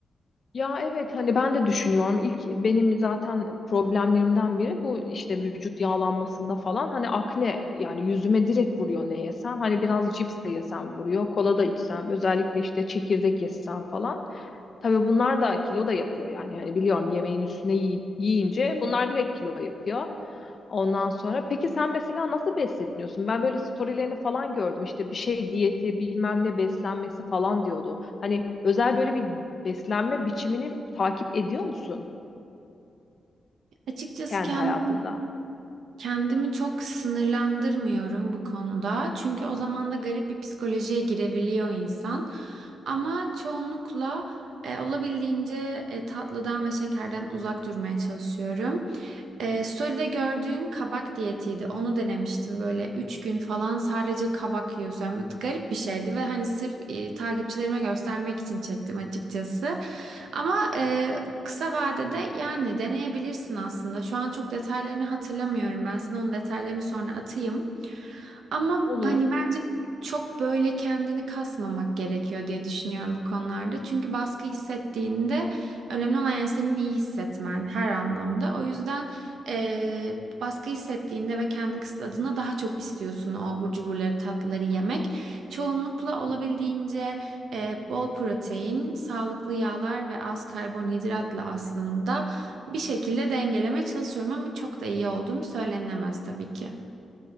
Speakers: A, on the left (about 35°); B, on the right (about 75°).
A: Ya evet hani ben de düşünüyorum. İlk benim zaten problemlerimden biri bu işte vücut yağlanmasında falan. Hani akne yani yüzüme direkt vuruyor ne yesem. Hani biraz cips de yesem vuruyor. Kola da içsem özellikle işte çekirdek yesem falan. Tabii bunlar da kilo da yapıyor yani. Yani biliyorum yemeğin üstüne yi- yiyince bunlar direkt kilo yapıyor. Ondan sonra peki sen mesela nasıl besleniyorsun? Ben böyle storylerini falan gördüm. İşte bir şey diyeti, bilmem ne beslenmesi falan diyordu. Hani özel böyle bir beslenme biçimini takip ediyor musun
B: Açıkçası
A: kendi
B: kendim
A: hayatında?
B: Kendimi çok sınırlandırmıyorum bu konuda. Çünkü o zaman da garip bir psikolojiye girebiliyor insan. Ama çoğunlukla e, olabildiğince e, tatlıdan ve şekerden uzak durmaya çalışıyorum. Ee, story'de gördüğün kabak diyetiydi. Onu denemiştim böyle 3 gün falan sadece kabak yiyorsun. Yani garip bir şeydi ve hani sırf e, takipçilerime göstermek için çektim açıkçası. Ama e, kısa vadede yani deneyebilirsin aslında. Şu an çok detaylarını hatırlamıyorum. Ben sana onun detaylarını sonra atayım. Ama
A: Olur.
B: hani bence çok böyle kendini kasmamak gerekiyor diye düşünüyorum bu konularda. Çünkü baskı hissettiğinde önemli olan yani senin iyi hissetmen her anlamda. O yüzden eee, baskı hissettiğinde ve kendini kısıtladığında daha çok istiyorsun o abur cuburları tatlıları yemek. Çoğunlukla olabildiğince eee, bol protein, sağlıklı yağlar ve az karbonhidratla aslında bir şekilde dengelemeye çalışıyorum ama çok da iyi olduğum söylenilemez tabii ki.